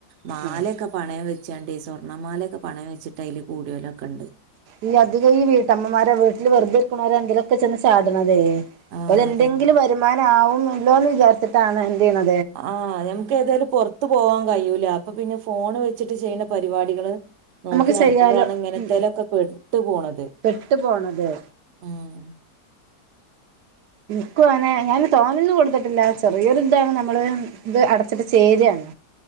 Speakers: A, on the right; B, on the right.
A: മാലെക്ക
B: ആഹ്
A: പണയ വെച്ചാണ്ട് സ്വർണമാലെക്ക പണയം വെച്ചിട്ട് അയ്ല് കൂടിയൊരക്കണ്ട്
B: ഈ അധിക ഈ വീട്ടമ്മമാര വീട്ടിൽ വെറുതെ ഇരിക്ക്‌ണൊര എങ്കിലെക്ക ചെന്ന് ചാട്ണതേ
A: ആ
B: ഒരെന്തെങ്കിലും
A: അതന്നെ
B: വരുമാനാവുമല്ലോന്ന് വിചാരിച്ച്‌ട്ടാണ് എന്ത് ചെയ്ണ
A: ആഹ് ഞമ്ക്ക് ഏതാല് പൊറത്തു പോവാം കയൂല അപ്പ പിന്ന ഫോണ് വെച്ച്ട്ട് ചെയ്ണ പരിപാടികള് നോക്കി
B: നമുക്ക്
A: നടക്കുമ്പളാണ്
B: ചെയ്യാലോ
A: ഇങ്ങനത്തെലക്ക
B: ഉം
A: പെട്ടു പോണത്
B: പെട്ടു പോണത്
A: ഉം
B: ഇൻക്കു അങ്നെ ഞാൻ തോനെന്നും കൊട്ത്തട്ടില്ല ചെറിയൊര്ദ്ദാണ് നമ്മള് ഇത് അടച്ച്ട്ട് ചേരാണ്